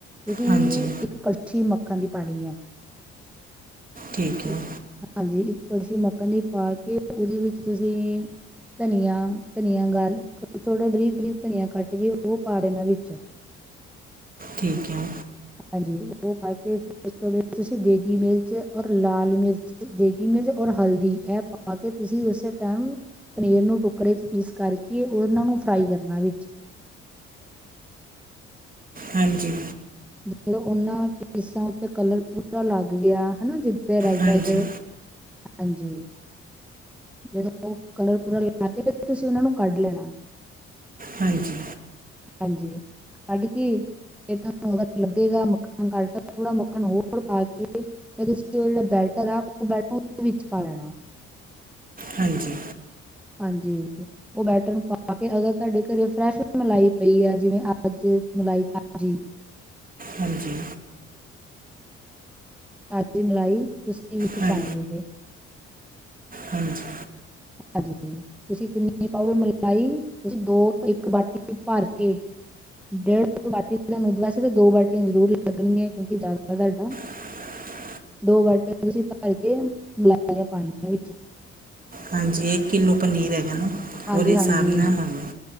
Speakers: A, in the centre; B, on the right.
A: ਤੁਸੀਂ
B: ਹਾਂਜੀ
A: ਇੱਕ ਕ ਕੜਛੀ ਮੱਖਣ ਦੀ ਪਾਉਣੀ ਆ
B: ਠੀਕ ਹੈ
A: ਇੱਕ ਹਾਂਜੀ, ਇੱਕ ਕੜਛੀ ਮੱਖਣ ਦੀ ਪਾ ਕੇ, ਉਹਦੇ ਵਿੱਚ ਤੁਸੀਂ ਧਨੀਆ -ਧਨੀਆ ਗੱਲ, ਥੋੜਾ ਬਰੀਕ- ਬਰੀਕ ਧਨੀਆ ਕੱਟ ਕੇ ਉਹ ਪਾ ਦੇਣਾ ਵਿੱਚ।
B: ਠੀਕ ਹੈ।
A: ਹਾਂਜੀ, ਉਹ ਪਾ ਕੇ ਫਿਰ ਉਸ ਤੋਂ ਬਾਅਦ ਤੁਸੀਂ ਦੇਗੀ ਮਿਰਚ ਔਰ ਲਾਲ ਮਿਰਚ? ਦੇਗੀ ਮਿਰਚ ਔਰ ਹਲਦੀ ਇਹ ਪਾ ਕੇ ਤੁਸੀਂ, ਉਸੇ ਟਾਈਮ? ਪਨੀਰ ਨੂੰ ਟੁਕੜੇ 'ਚ ਪੀਸ ਕਰਕੇ, ਉਹਨਾਂ ਨੂੰ ਫਰਾਈ ਕਰਨਾ ਵਿੱਚ।
B: ਹਾਂਜੀ।
A: ਜਦੋਂ ਉਹਨਾਂ ਪੀਸਾਂ ਉੱਤੇ ਕਲਰ ਪੂਰਾ ਲੱਗ ਗਿਆ ਹਨਾ ਜੀ? ਤੇ ਰੈਡ
B: ਹਾਂਜੀ
A: -ਰੈਡ? ਹਾਂਜੀ ਜਦੋਂ ਉਹ ਕਲਰ ਪੂਰਾ ਲਾ ਕੇ ਫਿਰ ਤੁਸੀਂ ਉਹਨਾਂ ਨੂੰ ਕੱਢ ਲੈਣਾ
B: ਹਾਂਜੀ
A: ਹਾਂਜੀ ਸਾਡੇ ਕੀ ਜੇ ਤੁਹਾਨੂੰ ਲੱਗੇਗਾ ਮੱਖਣ ਕੱਟ ਥੋੜਾ ਮੱਖਣ ਹੋਰ ਪਾ ਕੇ ਫ ਤੁਸੀਂ ਉਹ ਜਿਹੜਾ ਬੈਟਰ ਆ ਉਹ ਬੈਟਦੇ ਵਿੱਚ ਪਾ ਲੈਣਾ
B: ਹਾਂਜੀ
A: ਹਾਂਜੀ ਉਹ ਬੈਟਰ ਨੂੰ ਪਾ ਕੇ ਅਗਰ ਤੁਹਾਡੇ ਘਰੇਰੈਸ਼ ਮਲਾਈ ਪਈ ਆ ਜਿਵੇਂ ਅੱਜ ਮਲਾਈ ਤਾਜ਼ੀ
B: ਹਾਂਜੀ
A: ਤਾਜ਼ੀ ਮਲਾਈ ਤੁਸੀਂ ਵਿੱਚ
B: ਹਾਂ
A: ਪਾਣੀ ਉਹਦੇ
B: ਹਾਂਜੀ
A: ਹਾਂਜੀ। ਤੁਸੀਂ ਕਿੰਨੀ ਪਾਓਗੇ ਮਲਾਈ ਤੁਸੀਂ ਦੋ ਇੱਕ ਬਾਟੀ ਭਰ ਕੇ। ਡੇਢ ਤੋਂ ਬਾਟੀੀਆਂ ਤੁਹਾਨੂੰ ਵੈਸੇ ਤਾਂ ਦੋ ਬਾਟੀਆਂ ਜ਼ਰੂਰ ਲੱਗਣਗੀਆਂ ਕਿਉਂਕਿ ਜ਼ਿਆਦਾ ਤੁਹਾਡਾ।
B: <inaudible>
A: ਦੋ ਬਾਟੀਆਂ ਤੁਸੀਂ ਭਰ ਕੇ ਮਿਲਾਲਆਂ ਪਾਣੀਆਂ ਵਿੱਚ।
B: ਹਾਂਜੀ ਇੱਕ ਕਿੱਲੋ ਪਨੀਰ ਹੈਗਾ ਨਾ
A: ਹਾਂਜੀ
B: ਉਹਦੇ ਹਿਸਾਬ
A: ਹਾਂਜੀ
B: ਨਾਲ ਹਾਂਜੀ?